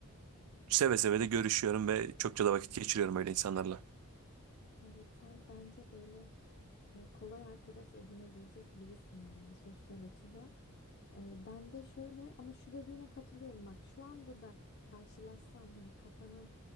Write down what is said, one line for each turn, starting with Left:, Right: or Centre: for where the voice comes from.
Right: seve seve de görüşüyorum ve çokça da vakit geçiriyorum öyle insanlarla.
Left: Evet sen bence böyle e, kolay arkadaş edinebilecek birisin yani sosyal açıdan. E, ben de şöyle ama şu dediğine katılıyorum bak şu anda da karşılaşsan hani kafanın